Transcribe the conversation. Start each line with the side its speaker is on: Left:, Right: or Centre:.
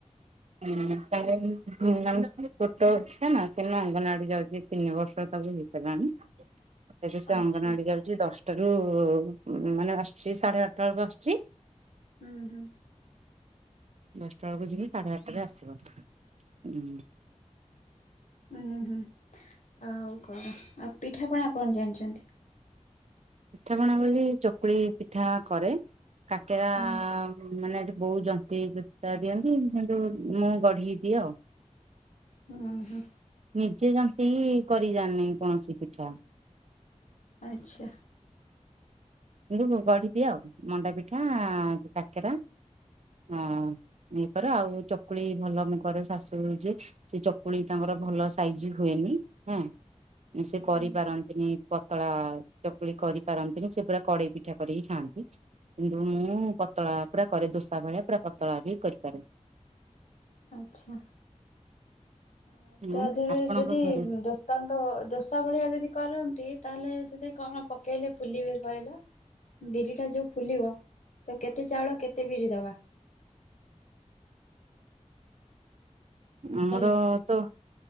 Right: ହଁ ତାର ମାନେ ଛୋଟ ଅଛି ନା ସିଏ ଏନା ଅଙ୍ଗନୱାଡି ଯାଉଚି। ତିନି ବର୍ଷ ତାକୁ ହେଇସାଇଲାଣି ଏବେ ସେ
Left: ଆଚ୍ଛା
Right: ଅଙ୍ଗନୱାଡି ଯାଉ ଦଶଟାରୁ ଉଁ ମାନେ ଆସୁଚି ସାଢେ ଆଠଟା ବେଳକୁ ଆସୁଚି।
Left: ଉଁ ହୁଁ।
Right: ଦଶଟା ବେଳକୁ ଯିମି ସାଢେ ଆଠଟରେ ଆସିବ ଉଁ।
Left: ଉଁ ହୁଁ ଆଉ କଣ ଆଉ ପିଠାପଣା କଣ ଜାଣଚନ୍ତି?
Right: ପିଠା ପଣା ବୋଲି ଚକୁଳି ପିଠା କରେ। କାକେରା
Left: ହଁ
Right: ମାନେ ଏଠି ବୋହୁତ ଜନ୍ତି ଜୁନ୍ତା ଦିଅନ୍ତି କିନ୍ତୁ ମୁଁ ଗଢିକି ଦିଏ ଆଉ।
Left: ହୁଁ ହୁଁ।
Right: ନିଜେ ଯେନ୍ତିକି କରିଯାଣିନେଇ କୌଣସି ପିଠା।
Left: ଆଚ୍ଛା।
Right: କିନ୍ତୁ ଗ ଗଢି ଦିଏ ଆଉ ମଣ୍ଡା ପିଠା କାକେରା ହଁ ଏଇପରା ଆଉ ଚକୁଳି ଭଲ ମୁଁ କରେ ଶାଶୁ ଯେ ସେ ଚକୁଳି ତାଙ୍କର ଭଲ ସାଇଜ଼ ହୁଏନି ହଁ। ସେ
Left: ହୁଁ
Right: କରିପାରନ୍ତିନି ପତଳା ଚକୁଳି କରିପାରନ୍ତିନି ସେପୁରା କଡ଼େଇ ପିଠା କରିକି ଖାଆନ୍ତି। କିନ୍ତୁ ମୁଁ ପତଳା ପୁରା କରେ ଦୋସା ଭଳିଆ ପୁରା ପତଳା ବି କରିପାରେ।
Left: ଆଚ୍ଛା। ଆ
Right: ହଁ
Left: ତା ଦେହରେ
Right: ଆପଣଙ୍କ
Left: ଯଦି
Right: ଘରେ
Left: ଦଶ ତାଙ୍କ ଦୋସା ଭଳିଆ ଯଦି କରନ୍ତି ତାହେଲେ ସେଥିରେ କଣ ପକେଇଲେ ଫୁଲିବେ କହିଲ? ବିରି ଟା ଯୋଉ ଫୁଲିବ ତାକୁ କେତେ ଚାଉଳ କେତେ ବିରି ଦବା?
Right: ଆମର
Left: ହ୍ୟାଲୋ
Right: ତ